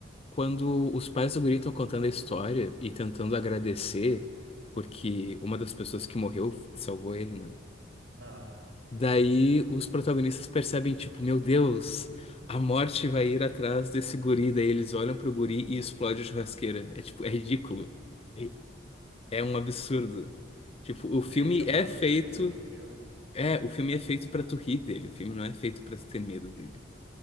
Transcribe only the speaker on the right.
Aham.
Esse
é o plot
twist do filme.